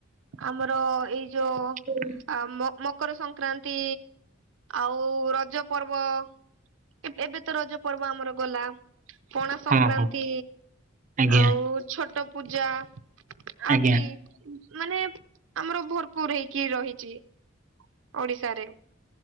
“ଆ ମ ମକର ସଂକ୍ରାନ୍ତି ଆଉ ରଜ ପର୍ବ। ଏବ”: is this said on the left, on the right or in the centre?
Right